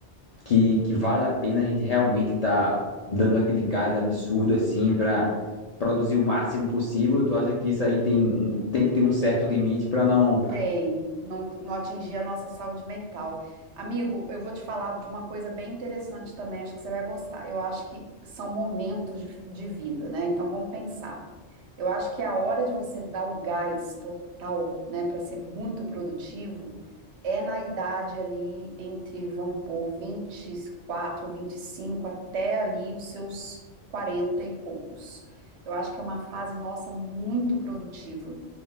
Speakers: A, on the left; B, on the right.
A: que, que vale a pena a gente realmente estar dando aquele gás absurdo assim para produzir o máximo possível? Tu acha que isso aí tem, um- tem que ter um certo limite para não.
B: Tem, não, não atingir a nossa saúde mental. Amigo, eu vou te falar de uma coisa bem interessante também, acho que você vai gostar. Eu acho que são momentos de, de vida, né? Então vamos pensar. Eu acho que a hora de você dar o gás total, né, para ser muito produtivo, é na idade ali entre, vamos pôr, vinte e quatro, vinte e cinco até ali os seus 40 e poucos. Eu acho que é uma fase nossa muito produtiva.